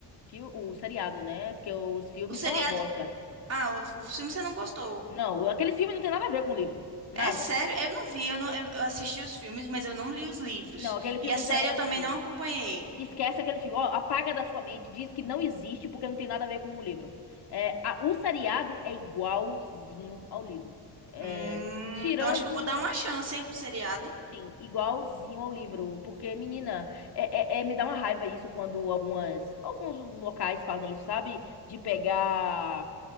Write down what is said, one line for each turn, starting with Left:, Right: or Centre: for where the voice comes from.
Left: fil- o seriado, né? Porque os filmes
Right: O seriado.
Left: é uma bosta.
Right: Ah, o, o filme você não gostou.
Left: Não, aqueles filmes não tem nada a ver com o livro. Nada.
Right: É sério, eu não vi, eu, não, eu eu assisti os filmes, mas eu não li os livros.
Left: Não, aquele filme
Right: E a série
Left: não tem nada
Right: eu
Left: a ver
Right: também
Left: com o livro.
Right: não acompanhei.
Left: Esquece aquele filme. Ó, apaga da sua mente, diz que não existe porque não tem nada a ver com o livro. É, a- o seriado é igualzinho ao livro. É,
Right: Hum,
Left: tirando,
Right: então acho que eu vou dar uma chance, hein, pro seriado.
Left: sim, igualzinho ao livro. Porque, menina, é, é- é- me dá uma raiva isso quando algumas, alguns locais fazem isso, sabe? De pegar,